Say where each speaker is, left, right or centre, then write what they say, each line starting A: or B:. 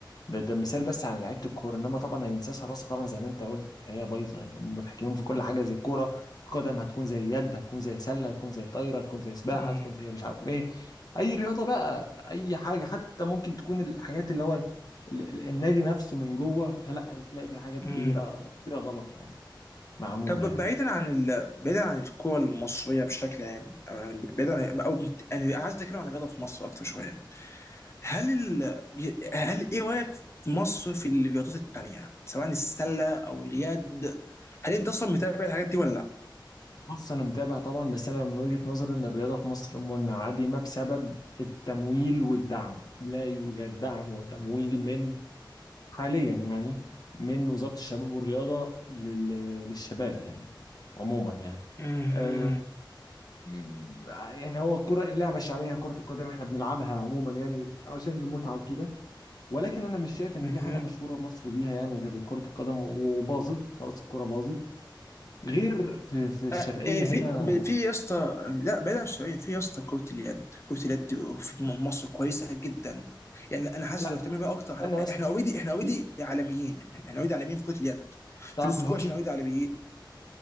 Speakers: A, on the left; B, on the left.
A: ده, ده مثال بس على لعيبه الكوره انما طبعا هي نسيان حراسه طبعا زي ما انت قلت هي بايظه يعني هم متحكمين في كل حاجه زي الكوره القدم هتكون زي يد هتكون زي سله هتكون زي طايره هتكون زي سباحه
B: امم
A: هتكون زي مش عارف ايه اي رياضه بقى اي حاجه حتى ممكن تكون الحاجات اللي هو ال... ال... النادي نفسه من جوه فلا هتلاقي في حاجات
B: امم
A: كبيره كتيره غلط يعني معموله
B: طب
A: يعني
B: بعيدا عن ال... بعيدا عن الكره المصريه بشكل عام او يعني بعيدا عن... او بت- يعني انا عايز اتكلم عن الرياضه في مصر اكتر شويه هل ال... هل ايه رايك في مصر في الرياضات التانيه سواء السله او اليد هل انت اصلا متابع الحاجات دي ولا لا؟
A: بص انا متابع طبعا بس انا من وجهة نظري ان الرياضه في مصر منعدمه بسبب التمويل والدعم لا يوجد دعم وتمويل من حاليا يعني من وزارة الشباب والرياضه لل... للشباب يعني عموما يعني
B: مهم.
A: آه م- يعني هو الكرة اللعبة الشعبية كرة القدم احنا بنلعبها عموما يعني عشان المتعة وكده ولكن انا مش شايف ان
B: مهم.
A: في حاجة مشهورة في مصر بيها يعني غير كرة القدم وباظت خلاص الكرة باظت غير في في الشرقية
B: آه، إيه في
A: هنا
B: ب- في يا اسطى لا بعيد عن الشويه في يا اسطى كره اليد كره اليد في م- مصر كويسه جدا يعني انا
A: مين-
B: حاسس
A: لا
B: لو اهتمينا
A: لا
B: بقى
A: في
B: اكتر
A: استنى
B: هن-
A: بس
B: احنا اوريدي احنا
A: في
B: اوريدي عالميين احنا اوريدي عالميين في كره اليد
A: تعرف
B: في السكواش
A: الهوكي؟
B: احنا اوريدي عالميين